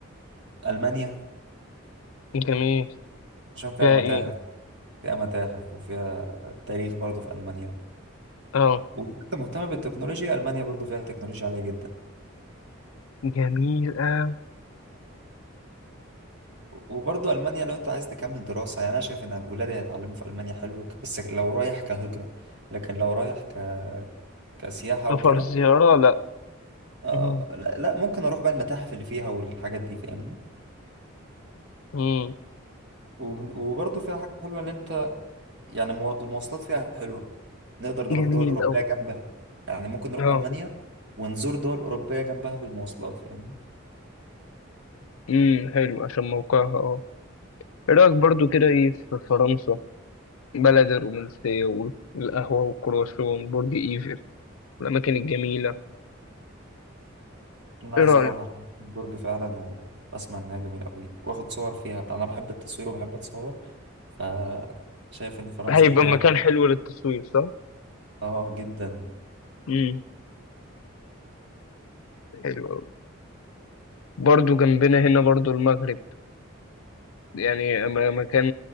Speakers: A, on the right; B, on the left.
A: ألمانيا
B: جميل
A: عشان فيها
B: فيها
A: متاحف
B: إيه
A: فيها متاحف وفيها تاريخ برضو في ألمانيا
B: آه
A: وأنت مهتم بالتكنولوجيا ألمانيا برضو فيها تكنولوجيا عالية جدا
B: جميل أوي
A: وبرضو ألمانيا لو أنت عايز تكمل دراسة يعني أنا شايف إن ولادي هيتعلموا في ألمانيا حلو بس لو رايح كهجرة لكن لو رايح ك... كسياحة
B: سفر
A: وكده
B: زيارة لأ
A: آه...
B: مم.
A: لا, لا ممكن أروح بقى المتاحف اللي فيها والحاجات دي فاهمني
B: مم.
A: وبن- وبرضو فيها حاجة حلوة إن أنت يعني مو- المواصلات فيها حلوة نقدر نروح
B: جميل
A: دول أوروبية
B: أوي
A: جنبها يعني ممكن نروح
B: آه
A: ألمانيا ونزور دول أوروبية جنبها بالمواصلات فاهمني
B: امم حلو عشان موقعها آه إيه رأيك برضو كده إيه في فرنسا بلد الرومانسية والقهوة والكرواسون برج إيفل والأماكن الجميلة
A: أنا
B: إيه
A: عايز
B: رأيك
A: أروح عشان برج فعلا و- وأسمع إنها جميلة أوي وآخد صور فيها أنا بحب التصوير وبحب أتصور فشايف إن فرنسا
B: هيبقى
A: فيها
B: مكان حلو للتصوير صح؟
A: آه جدا
B: امم حلو أوي. برضو جنبنا هنا برضو المغرب يعني م- مكان